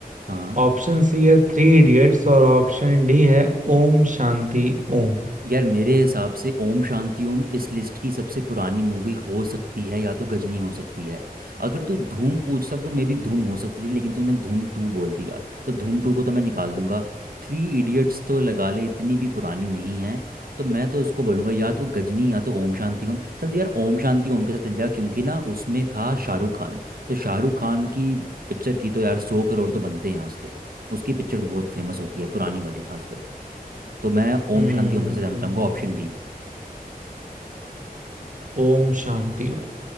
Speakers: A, on the right (about 70°); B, on the right (about 55°).
A: हाँ।
B: ऑप्शन सी है थ्री इडियट्स और ऑप्शन डी है ओम शांति ओम
A: यार मेरे हिसाब से ओम शांति ओम इस लिस्ट की सबसे पुरानी मूवी हो सकती है या तो गजनी हो सकती है अगर तू धूम पूछता तो मे भी धूम हो सकती थी लेकिन तूने धूम टू बोल दिया तो धूम टू को तो मैं निकाल दूंगा थ्री इडियट्स तो लगा ले इतनी भी पुरानी नहीं है तो मैं तो इसको बोलूंगा या तो गजनी या तो ओम शांति ओम चल यार ओम शांति ओम के साथ चल जा क्योंकि ना उसमें था शाहरुख खान तो शाहरुख खान की पिक्चर की तो यार सौ करोड़ तो बनते हैं उसके उसकी पिक्चर तो बहुत फेमस होती है पुरानी वाली खासकर तो मैं
B: हम्म
A: ओम शांति ओम के साथ जाना चाहूंगा ऑप्शन डी
B: ओम शांति ओम